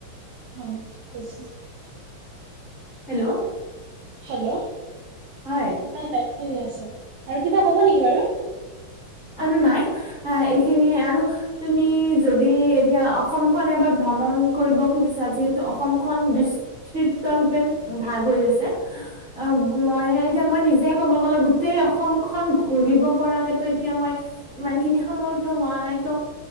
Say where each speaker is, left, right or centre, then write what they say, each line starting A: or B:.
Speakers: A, on the right; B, on the right.
A: হয়, ঠিক কৈছা।
B: হেল্ল'।
A: হেল্ল'।
B: হয়।
A: হয়, শুনি আছো। আৰু কিবা ক'ব নেকি বাৰু?
B: আৰু নাই, হ এইখিনিয়ে আৰু তুমি যদি এতিয়া অসম অসমখন এবাৰ ভ্ৰমণ কৰিব খুজিছা, যিহেতু অসমখন
A: হয়
B: দৃষ্ট্ৰিক কমপেন ভাগ হৈ আছে। অ, মই এতিয়া মই নিজে ক'ব গ'লে গোটেই অসমখন ঘূৰিব পৰাকে তই মই ইমান খিনি সামৰ্থ হোৱা নাই তো